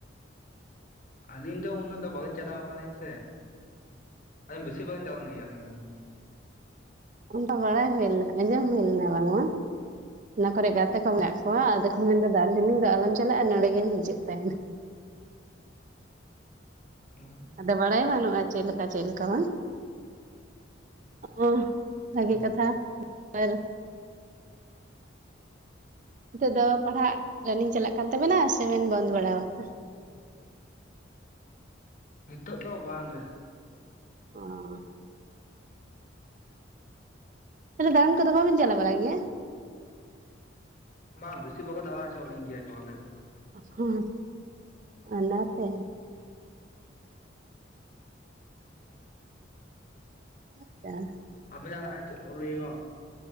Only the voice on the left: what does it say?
ᱟᱹᱞᱤᱧ ᱫᱚ ᱩᱱᱟᱹᱜ ᱫᱚ ᱵᱟᱹᱞᱤᱧ ᱪᱟᱞᱟᱣ ᱟᱠᱟᱱᱟ ᱞᱤᱧ ᱥᱮ ᱵᱤᱥᱤ ᱵᱟᱞᱤᱧ ᱪᱟᱬᱣᱭᱟ ᱜᱯᱭᱤ ᱟᱹᱞᱤᱧ ᱫᱚ
ᱦᱩ
ᱫᱚ
ᱱᱤᱛᱚᱜ ᱫᱚ ᱵᱟᱝ
ᱵᱟᱝ ᱵᱮᱥᱤ ᱵᱷᱟᱜᱽ ᱫᱟ ᱦᱚᱪᱚᱣᱟᱤᱧ ᱜᱮᱭᱟ ᱠᱚ ᱟᱞᱮ ᱫᱚ
ᱟᱵᱮᱱᱟᱜ ᱪᱟᱞᱟᱜᱼᱟ ᱪᱮᱫ ᱠᱚ ᱞᱟᱹᱭ ᱜ